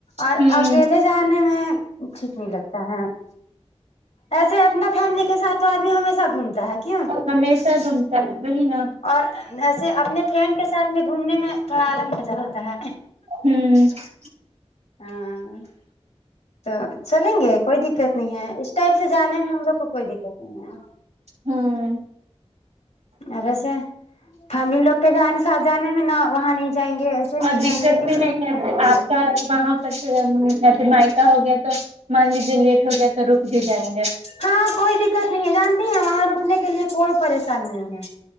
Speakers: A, on the left; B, on the right.
A: اور
B: ہوں
A: اکیلے جانے میں ٹھیک نہیں لگتا ہے ایسے اپنا فیملی کے ساتھ تو آدمی ہمیشہ گھومتا ہے کیوں
B: ہمیشہ گھم <unintelligible>
A: اور اییسے اپنے فرینڈ کے ساتھ میں گھومنے میں تھوڑا الگ مزہ ہوتا ہے
B: ہوں
A: ہاں تو چلیں گے کوئی دقت نہیں ہے اس ٹائپ سے جانے میں ہم لوگ کو کوئی دقت نہیں ہے
B: ہوں
A: اور ویسے فیملی لوگ کے جانے سات جانے میں نہ وہاں نہیں جائیں گے ایسے نہیں
B: اور دقت
A: جائیں گے اس
B: بھی نہیں
A: طرح
B: ہے آپ کا وہاں پ پھر مائیکا ہو گیا تو مان لیجیے لیٹ ہو گیا تو رک ک بھی جائیں گے
A: ہاں کوئی دقت نہیں ہے جانتی ہیں وہاں رکنے کے لیے کوئی پریشانی نہیں ہے